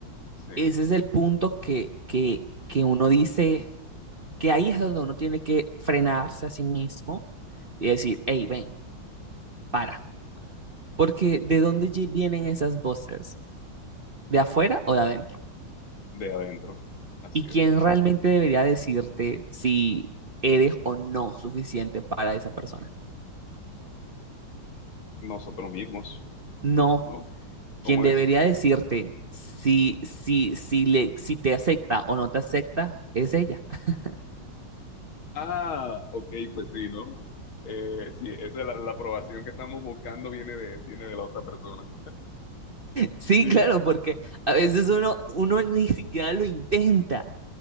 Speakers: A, on the left; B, on the right.
A: sí,
B: ese es el punto que, que, que uno dice, que ahí es donde uno tiene que frenarse a sí mismo y decir, hey, ven, para, porque ¿de dónde ye- vienen esas voces? ¿De afuera o de adentro?
A: de adentro. Así
B: ¿Y quién
A: es.
B: realmente debería decirte si eres o no suficiente para esa persona?
A: Nosotros mismos,
B: No,
A: ¿no? ¿Cómo
B: quien debería
A: es?
B: decirte si, si, si, le, si te acepta o no te acepta es ella. <laughs>
A: Ah, ok, pues sí, ¿no? Eh, sí, esa es la, la aprobación que estamos buscando viene de, viene de la otra persona.
B: Sí,
A: Sí,
B: claro, porque a veces uno, uno ni siquiera lo intenta.